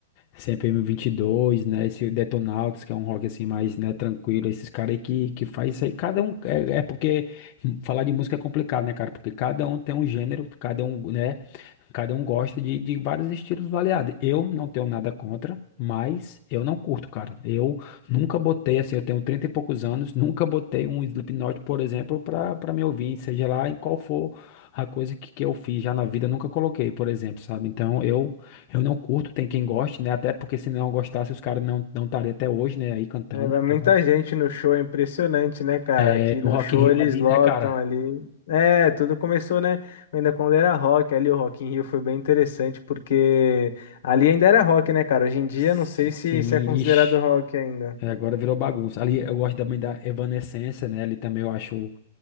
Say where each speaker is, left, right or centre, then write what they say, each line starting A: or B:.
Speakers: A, on the left; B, on the left.
A: C P M vinte e dois né? Esse Detonautas, que é um rock assim mais, né, tranquilo. Esses caras aí que, que faz isso aí. Cada um, é, é porque hum, falar de música é complicado, né, cara? Porque cada um tem um gênero, cada um, né? Cada um gosta de, de vários estilos variados. Eu não tenho nada contra, mas eu não curto, cara. Eu nunca botei, assim, eu tenho 30 e poucos anos, nunca botei um Slipknot, por exemplo, pra, pra me ouvir, seja lá em qual for a coisa que, que eu fiz já na vida, nunca coloquei, por exemplo, sabe? Então eu eu não curto, tem quem goste, né? Até porque se não gostasse, os caras não não estariam até hoje, né, aí cantando.
B: É, vai muita
A: Então,
B: gente no show, é impressionante, né, cara?
A: é,
B: Aqui
A: no
B: no
A: Rock
B: show
A: in Rio
B: eles
A: ali,
B: lotam
A: né, cara?
B: ali. É, tudo começou, né? Ainda quando era rock, ali o Rock in Rio foi bem interessante, porque ali ainda era rock, né, cara? Hoje em dia
A: Sim,
B: não sei se, se é considerado
A: ixi.
B: rock ainda.
A: É, agora virou bagunça. Ali eu gosto também da Evanescence, né? Ali também eu acho